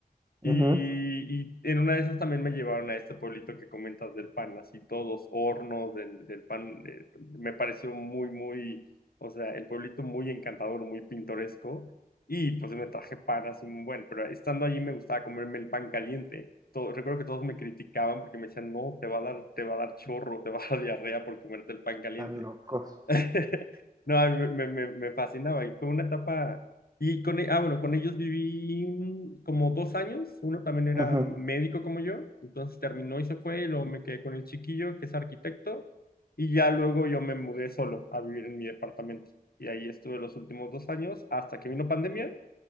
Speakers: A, on the left (about 80°); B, on the right (about 25°).
A: Y,
B: ujú.
A: y en una de esas también me llevaron a este pueblito que comentas del pan, así todos hornos del, del pan. eh, me pareció muy, muy, o sea, el pueblito muy encantador, muy pintoresco. Y pues me traje pan así muy bueno, pero estando allí me gustaba comerme el pan caliente. Todo- recuerdo que todos me criticaban porque me decían, no, te va a dar, te va a dar chorro, te va a dar diarrea por comerte el pan caliente.
B: Tan locos.
A: <laughs> No, a mí me, me, me fascinaba y fue una etapa, y con, e- ah, bueno, con ellos viví mm, como dos años, uno también era
B: Ujú.
A: médico como yo, entonces terminó y se fue, y luego me quedé con el chiquillo que es arquitecto, y ya luego yo me mudé solo a vivir en mi departamento, y ahí estuve los últimos dos años hasta que vino pandemia,